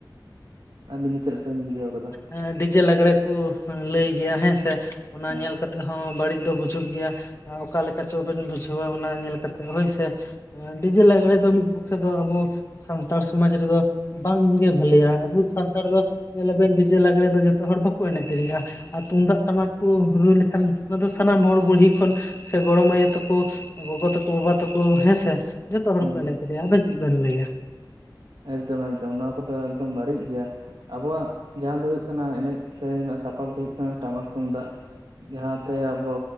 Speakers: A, on the right; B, on the left.
A: ᱟᱹᱵᱤᱱ ᱫᱚ ᱪᱮᱫ ᱞᱮᱠᱟ ᱵᱤᱱ ᱵᱩᱡᱷᱟᱹᱣ ᱟᱠᱟᱫᱟ?
B: ᱮ ᱰᱤᱡᱮ ᱞᱟᱸᱜᱽᱲᱟᱮ ᱠᱚ ᱞᱟᱹᱭ ᱜᱮᱭᱟ ᱦᱮᱸ ᱥᱮ? ᱚᱱᱟ
A: ᱦᱮᱸ
B: ᱧᱮᱞ ᱠᱟᱛᱮᱜ ᱦᱚᱸ ᱵᱟᱹᱲᱤᱡ ᱫᱚ ᱵᱩᱡᱷᱟᱹᱜ ᱜᱮᱭᱟ। ᱟ ᱚᱠᱟ ᱞᱮᱠᱟ ᱪᱚ ᱵᱮᱱ ᱵᱩᱡᱷᱟᱹᱣᱟ ᱚᱱᱟ ᱧᱮᱞ ᱠᱟᱛᱮᱫ ᱦᱳᱭᱥᱮ? ᱰᱤᱡᱮ ᱞᱟᱸᱜᱽᱬᱮ ᱫᱚ ᱢᱤᱫ ᱯᱚᱠᱠᱷᱮ ᱫᱚ ᱟᱵᱚ ᱼᱼ ᱥᱟᱱᱛᱟᱲ ᱥᱚᱢᱟᱡᱽ ᱨᱮᱫᱚ ᱵᱟᱝᱜᱮ ᱵᱟᱹᱞᱮᱭᱟ ᱟᱵᱚ ᱥᱟᱱᱛᱟᱲ ᱫᱚ ᱧᱮᱞᱟᱵᱮᱱ ᱰᱤᱡᱮ ᱞᱟᱸᱜᱽᱲᱮ ᱫᱚ ᱼᱼ ᱡᱚᱛᱚ ᱦᱚᱲ ᱵᱟᱠᱚ ᱮᱱᱮᱡ ᱫᱟᱲᱮᱭᱟᱜᱼᱟ᱾ ᱟᱨ ᱛᱩᱢᱫᱟᱜ ᱴᱟᱢᱟᱠ ᱠᱚ ᱨᱩ ᱞᱮᱠᱷᱟᱱ ᱚᱱᱟ ᱥᱟᱱᱟᱢ ᱦᱚᱲ ᱵᱩᱲᱦᱤ ᱠᱷᱚᱱ ᱼᱼ ᱥᱮ ᱜᱚᱲᱚᱢ ᱟᱭᱩ ᱛᱟᱠᱚ ᱜᱚᱜᱚ ᱛᱟᱠᱚ ᱵᱟᱵᱟ ᱛᱟᱠᱚ ᱦᱮᱸᱥᱮ ᱡᱷᱚᱛᱚ ᱦᱚᱲ
A: ᱦᱮᱸ
B: ᱠᱚ ᱮᱱᱮᱡ
A: ᱦᱮᱸ
B: ᱠᱮᱫᱮᱭᱟ। ᱟᱵᱮᱱ ᱼᱼ ᱪᱮᱫ ᱵᱮᱱ ᱞᱟᱹᱭᱟ?
A: ᱮᱠᱫᱚᱢ ᱮᱠᱫᱚᱢ ᱱᱚᱣᱟ ᱠᱚᱫᱚ ᱮᱠᱫᱚᱢ ᱵᱟᱹᱲᱤᱡ ᱜᱮᱭᱟ। ᱟᱵᱚᱣᱟᱜ ᱡᱟᱦᱟᱸ ᱫᱚ ᱦᱩᱭᱩᱜ ᱠᱟᱱᱟ ᱮᱱᱮᱡ ᱥᱮᱨᱮᱧ ᱨᱮᱭᱟᱜ ᱥᱟᱯᱟᱯ ᱫᱚ ᱦᱩᱭᱩᱜ ᱠᱟᱱᱟ ᱴᱟᱢᱟᱠ ᱛᱩᱢᱫᱟᱜ। ᱡᱟᱦᱟᱸᱛᱮ ᱟᱵᱚ